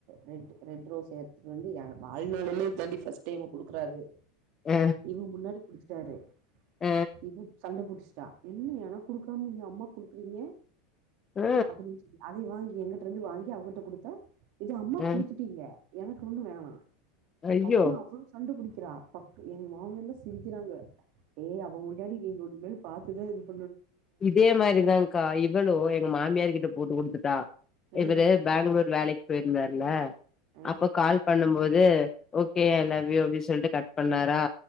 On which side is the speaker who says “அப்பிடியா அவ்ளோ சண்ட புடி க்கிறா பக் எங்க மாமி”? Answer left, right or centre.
Right